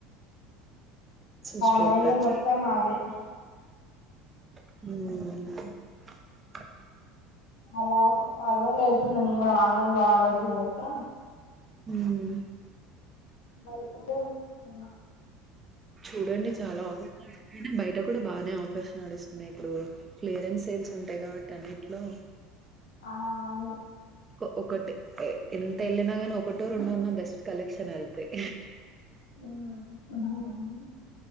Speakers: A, on the right (about 25°); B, on the left (about 75°).
A: సో స్ట్రెయిట్
B: ఆన్లైన్
A: కట్
B: లో మొత్తం అవే
A: మ్మ్
B: చాలా చాల రోజలు అయితుంది నేను కూడ ఆన్లైన్ లో ఆర్డర్ చేయక
A: మ్మ్
B: బయటదే తీసుకున్న
A: చూడండి చాలా అవ <unintelligible> బయట ట కూడా బానే ఆఫర్స్ నడుస్తున్నాయి ఇప్పుడు క్లియరన్స్ సెల్స్ ఉంటాయి కాబట్టి అన్నిట్లో
B: ఆహా అవును
A: ఒక్ ఒకటి ఎంత వెళ్ళినా నీ ఒకటో రెండు ఉన్న బెస్ట్ కలెక్షన్ వెళ్తాయి
B: మ్మ్ అవునండి